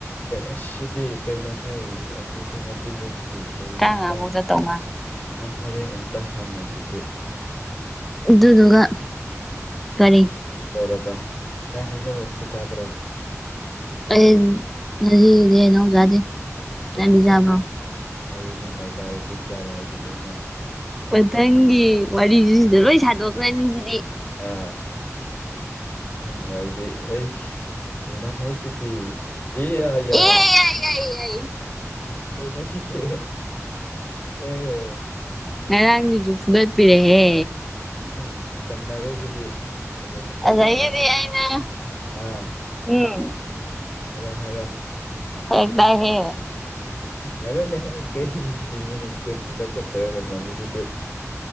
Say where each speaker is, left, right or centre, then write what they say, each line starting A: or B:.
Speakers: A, on the left; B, in the centre.
A: ꯑ ꯁꯤꯗꯤ ꯀꯩꯅꯣ ꯍꯥꯏ ꯑꯃꯐꯥꯎ ꯊꯦꯡꯅꯗ꯭ꯔꯤꯅꯦ ꯁꯤꯗꯤ ꯀꯩꯅꯣ
B: ꯇꯔꯥꯃꯉꯥꯐꯧ
A: ꯅꯪ
B: ꯆꯠꯇꯧ ꯃꯥꯜꯂꯦ
A: ꯍꯣꯔꯦꯟ ꯑꯝꯇ ꯍꯪꯉꯣꯁꯤꯗꯤ
B: ꯑꯗꯨꯗꯨꯒ ꯀꯔꯤ
A: ꯀꯩ ꯇꯧꯔꯕ ꯅꯪ ꯍꯩꯅꯧ ꯑꯝꯇ ꯆꯥꯗ꯭ꯔꯣ ꯉꯁꯤꯒꯤ
B: ꯑꯩ ꯉꯖꯤꯒꯤꯗꯤ ꯍꯩꯅꯧ ꯖꯗꯦ ꯅꯪꯗꯤ
A: ꯑꯩꯒꯤ
B: ꯆꯕ꯭ꯔꯣ
A: ꯆꯥꯗ ꯑꯩ ꯉꯁꯥꯏ ꯆꯥꯔꯦ ꯇꯤꯟ ꯆꯥꯔꯦ ꯍꯥꯏꯗꯨꯗꯤ ꯑꯩꯅ
B: ꯃꯊꯪꯒꯤ ꯋꯥꯔꯤꯖꯨ ꯁꯤꯗ ꯂꯣꯏ ꯁꯥꯗꯣꯛꯈ꯭ꯔꯅꯤ ꯁꯤꯗꯤ
A: ꯑꯥ ꯅꯪ ꯋꯥꯔꯤꯗꯤ ꯑꯥꯁ ꯀꯩꯅꯣ ꯍꯦ ꯁꯤꯗꯤ ꯏ ꯌꯥ ꯌꯥ
B: ꯑꯦ ꯑꯩ ꯑꯩ ꯑꯩ
A: ꯀꯩ ꯅꯣꯁꯤꯗꯤ ꯑꯦ
B: ꯉꯔꯥꯡꯒꯤꯁꯨ ꯐꯨꯗꯠꯄꯤꯔꯦꯍꯦ
A: ꯎꯝ ꯇꯝꯅꯔꯦ ꯁꯤꯗꯤ ꯐꯖꯅ ꯇꯝꯅꯔꯦ
B: ꯑꯗꯒꯤꯗꯤ ꯑꯩꯅ
A: ꯑꯥ
B: ꯎꯝ
A: ꯍꯥꯏꯔꯣ ꯍꯥꯏꯔꯣ
B: ꯐꯔꯛꯇꯥꯢ ꯍꯦ
A: ꯍꯥꯢꯔꯛ ꯑꯣ ꯅꯦꯍꯦ ꯀꯩꯅꯣꯅꯦ ꯍꯥꯏ ꯀꯩꯃꯤꯅꯤ ꯀꯨꯟ ꯈꯛꯇ ꯆꯠ ꯁꯨꯔꯝ ꯃꯅꯤ ꯁꯤꯗꯤ